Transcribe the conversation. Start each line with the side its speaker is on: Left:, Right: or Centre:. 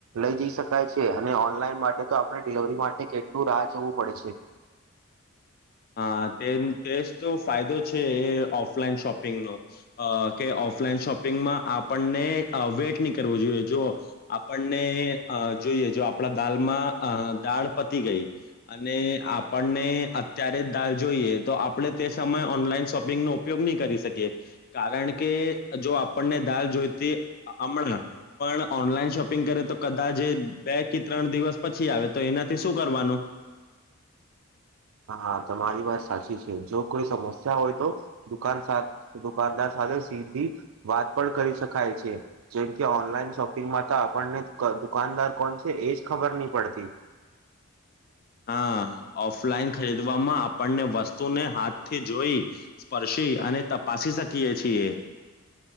Right: લઈ જઈ શકાય છે અને ઓનલાઈન માટે તો આપણે ડિલિવરી માટે કેટલું રાહ જોવું પડે છે
Left: હા તે તેજ તો ફાયદો છે એ ઓફલાઈન શોપિંગનો કે ઓફલાઈન શોપિંગમાં આપણને વેઇટ નહી કરવો જોઈએ જો આપણને આપણા દાલમાં દાળ પતી ગઈ અને આપણને ત્યારે જ દાલ જોઈએ તો આપણે તે સમયે ઓનલાઈન શોપિંગ નો ઉપયોગ નહી કરી શકીએ કારણ કે જો આપણને દાલ જોઈતી હમણાં પણ ઓનલાઈન શોપિંગ કરે તો કદાચ બે કે ત્રણ દિવસ પછી આવે તો એનાથી શું કરવાનું
Right: <inaudible> હા તમારી વાત સાચી છે જો કોઈ સમસ્યા હોય તો દુકાન દુકાનદાર સાથે વાત પણ કરી શકાય છે જેમ કે ઓનલાઈન શોપિંગમાં તો આપણને દુકાન દાર કોણ છે એ જ ખબર નહીં પડતી
Left: હા ઓફલાઈન ખરીદવામાં આપણને વસ્તુને હાથથી જોઈ સ્પર્શ અને તપાસી શકીએ છીએ એ